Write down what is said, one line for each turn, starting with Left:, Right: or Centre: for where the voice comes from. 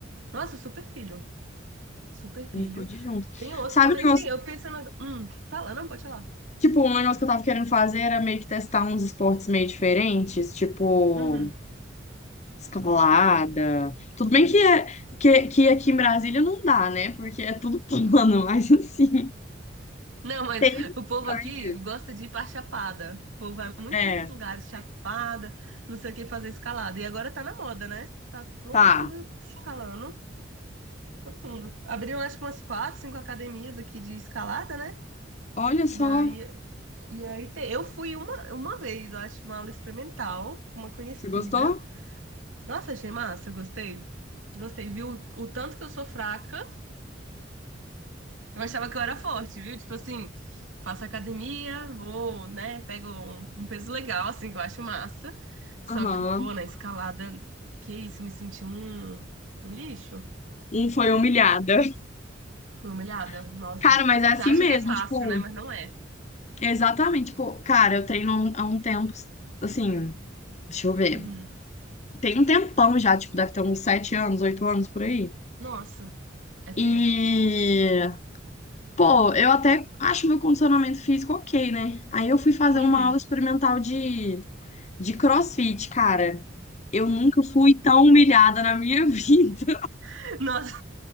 Right: Nossa, super pilho. Super pilho.
Left: A gente pode ir junto.
Right: Tem outros
Left: Sabe
Right: também,
Left: o negócio?
Right: sim. Eu penso na. Hum, fala, não, pode falar.
Left: Tipo, um negócio que eu tava querendo fazer era meio que testar uns esportes meio diferentes, tipo
Right: Uhum.
Left: escalada. Tudo bem que, é, que, que aqui em Brasília não dá, né? Porque é tudo plano, <laughs> mas assim,
Right: Não, mas
Left: tem
Right: o povo
Left: Andes.
Right: aqui gosta de ir pra Chapada. O povo vai muito
Left: É,
Right: nesses lugares, Chapada, não sei o que, fazer escalada. E agora tá na moda, né? Tá todo
Left: tá.
Right: mundo escalando. Todo mundo. Abriram, acho que umas quatro, cinco academias aqui de escalada, né?
Left: Olha só.
Right: E aí E aí tem- eu fui uma, uma vez, eu acho, uma aula experimental com uma conhecida.
Left: Você gostou?
Right: Nossa, achei massa, gostei. Gostei, viu? O, o tanto que eu sou fraca. Eu achava que eu era forte, viu? Tipo assim, faço academia, vou, né, pego um, um peso legal, assim, que eu acho massa. Só
Left: Aham.
Right: que, pô, na escalada, que isso, me senti um, um lixo.
Left: Um foi humilhada.
Right: Fui humilhada.
Left: <laughs>
Right: Nossa.
Left: Cara, mas é assim
Right: Você acha
Left: mesmo.
Right: que é fácil,
Left: Tipo,
Right: né? Mas não é.
Left: Exatamente, tipo, cara, eu treino há um há um tempo, assim, deixa eu ver.
Right: Uhum.
Left: Tem um tempão já, tipo, deve ter uns sete anos, oito anos por aí.
Right: Nossa, é tempo.
Left: E, pô, eu até acho meu condicionamento físico ok, né? Aí eu fui fazer
Right: Uhum.
Left: uma aula experimental de, de CrossFit, cara. Eu nunca fui tão humilhada na minha <laughs> vida.
Right: <laughs> Nossa.